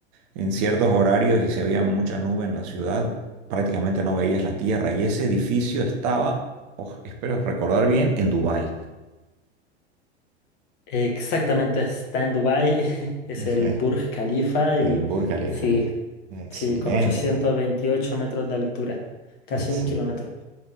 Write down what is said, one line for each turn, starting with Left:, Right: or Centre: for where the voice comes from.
Right: en ciertos horarios y si había mucha nube en la ciudad, prácticamente no veías la tierra. Y ese edificio estaba, oh, espero recordar bien, en Dubái.
Left: Exactamente, está en Dubái,
Right: <laughs>
Left: <laughs> es
Right: Ejé,
Left: el Burj Khalifa
Right: El
Left: y
Right: Burj Khalifa.
Left: sí,
Right: Excelente.
Left: sí, con 828 metros de altura, casi
Right: Excel,
Left: un kilómetro.